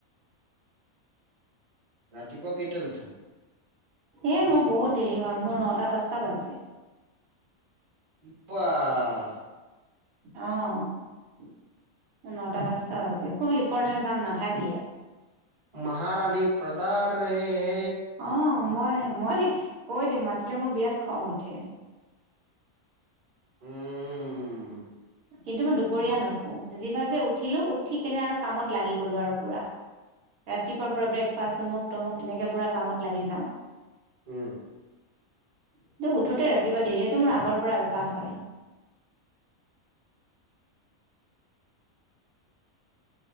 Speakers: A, on the right; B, on the right.
A: ৰাতিপুৱা কেইটাত উঠা?
B: এ মোৰ বহুত দেৰি হয় মোৰ ন'টা দহটা বাজে।
A: বাহ।
B: অঁ মোৰ ন'টা দহটা বাজে খুব ইম্পৰ্টেণ্ট কাম নাথাকিলে।
A: মহাৰানী প্ৰদাৰ ৰাহে হে।
B: অ মই মই- কৈ দিম মাতিলে মোৰ বিৰাট খং উঠে।
A: উম
B: কিন্তু মই দুপৰীয়া নুশু। যি বাৰ যে উঠিলোঁ উঠি কেনে আৰু কামত লাগি গ'লোঁ আৰু পুৰা। ৰাতিপুৱাৰ পৰা ব্ৰেকফাষ্ট অমুক তমুক তেনেকে পুৰা কামত লাগি যাওঁ।
A: উম
B: কিন্তু উঠোতে ৰাতিপুৱা দেৰি হয় এইটো মোৰ আগৰ পৰা অভ্যাস হয়।